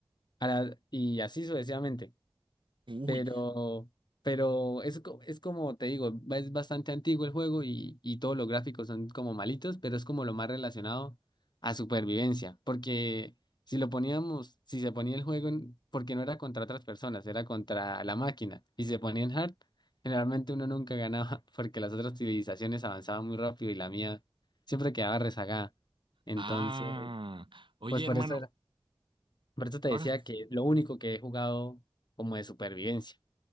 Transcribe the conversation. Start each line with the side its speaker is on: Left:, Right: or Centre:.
Left: a la- y así sucesivamente.
Right: Uy,
Left: Pero, pero es, co- es como te digo, ba- es bastante antiguo el juego y, y todos los gráficos son como malitos, pero es como lo más relacionado a supervivencia. Porque si lo poníamos, si se ponía el juego, en- porque no era contra otras personas, era contra la máquina, y se ponía en hard, generalmente uno nunca ganaba <laughs> porque las otras civilizaciones avanzaban muy rápido y la mía siempre quedaba rezagada. Entonces,
Right: Ah, oye,
Left: pues por
Right: hermano,
Left: eso era, por eso te
Right: ahora,
Left: decía que lo único que he jugado como de supervivencia.